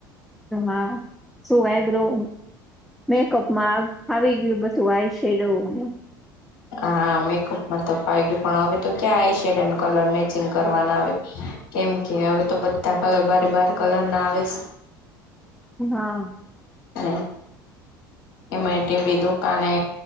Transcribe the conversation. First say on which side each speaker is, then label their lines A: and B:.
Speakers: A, in the centre; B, on the left.
A: હા શું આઈબ્રું મેકઅપમાં ફાવી ગયું બધું આય છે. <unintelligible>
B: હા મેકઅપમાં તો ફાવી ગયું પણ હવે તો ક્યાં eye shade and colour matching કરવાના આવે. કેમ કે હવે તો બધા કલર બારે બાર કલર ના આવે સે.
A: હા.
B: હ એમાં તી બી દુકાને